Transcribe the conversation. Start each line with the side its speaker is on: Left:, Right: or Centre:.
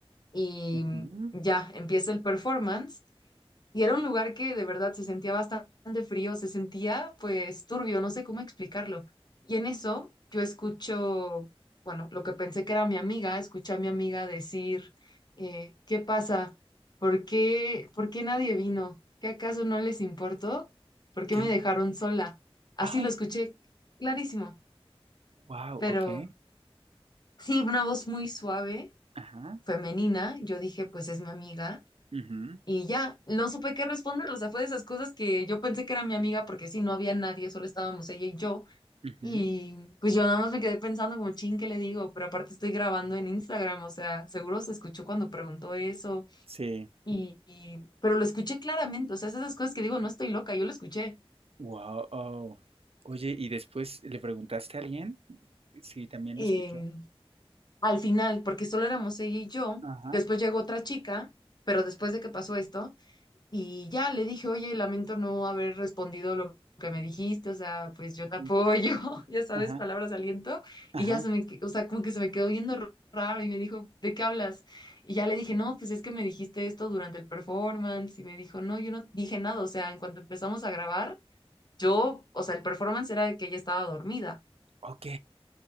Left: y
Right: Ujú.
Left: ya empieza el performance. Y era un lugar que de verdad se sentía bastante frío, se sentía pues turbio, no sé cómo explicarlo. Y en eso yo escucho, bueno, lo que pensé que era mi amiga, escuché a mi amiga decir, eh, ¿qué pasa? ¿Por qué, por qué nadie vino? ¿Qué acaso no les importó? ¿Por qué
Right: ¿Qué?
Left: me dejaron sola? Así
Right: Ay,
Left: lo escuché clarísimo.
Right: wow,
Left: Pero
Right: ok.
Left: sí, una voz muy suave,
Right: Ajá.
Left: femenina. Yo dije, pues es mi amiga.
Right: ujú,
Left: Y ya, no supe qué responder. O sea, fue de esas cosas que yo pensé que era mi amiga porque sí, no había nadie, solo estábamos ella y yo.
Right: ujú,
Left: Y pues yo nada más me quedé pensando como, chin, ¿qué le digo? Pero aparte estoy grabando en Instagram, o sea, seguro se escuchó cuando preguntó eso.
Right: Sí.
Left: Y, y- pero lo escuché claramente. O sea, es de esas cosas que digo, no estoy loca, yo lo escuché.
Right: Wow. Oye, ¿y después le preguntaste a alguien si también
Left: Em,
Right: lo escuchó?
Left: al final, porque solo éramos ella y yo.
Right: Ajá.
Left: Después llegó otra chica, pero después de que pasó esto Y ya le dije, oye, lamento no haber respondido lo que me dijiste, o sea, pues yo
Right: Ujú.
Left: te apoyo, <laughs> ya sabes,
Right: Ajá.
Left: palabras de aliento. Y
Right: Ajá.
Left: ya se me, que- o sea, como que se me quedó viendo r- raro y me dijo, ¿de qué hablas? Y ya le dije, no, pues es que me dijiste esto durante el performance. Y me dijo, no, yo no dije nada, o sea, en cuanto empezamos a grabar, yo, o sea, el performance era de que ella estaba dormida.
Right: Ok.